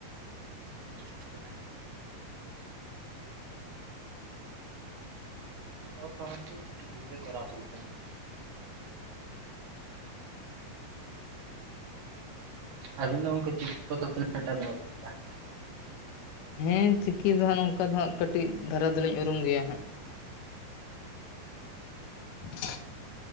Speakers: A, on the right; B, on the left.
A: <unintelligible> ᱚᱞ ᱯᱟᱲᱦᱟᱣ ᱠᱚᱫᱚ ᱪᱤᱠᱤ ᱠᱚᱨᱟᱣ ᱦᱩᱭ ᱠᱟᱱᱟ ᱾ ᱟᱵᱤᱱ ᱫᱚ ᱜᱚᱢᱠᱮ ᱪᱤᱠᱤ ᱯᱚᱛᱚᱵ ᱛᱤᱱᱟᱜ ᱴᱟ ᱵᱤᱱ ᱩᱨᱩᱢ ᱜᱮᱭᱟ?
B: ᱦᱮᱸ ᱪᱤᱠᱤ ᱫᱚ ᱦᱟᱸᱜ ᱱᱚᱝᱠᱟ ᱫᱚ ᱦᱟᱸᱜ ᱠᱟᱹᱴᱤᱡ ᱫᱷᱟᱨᱟ ᱫᱚᱞᱤᱧ ᱩᱨᱩᱢ ᱜᱮᱭᱟ ᱦᱟᱸᱜ, <inaudible>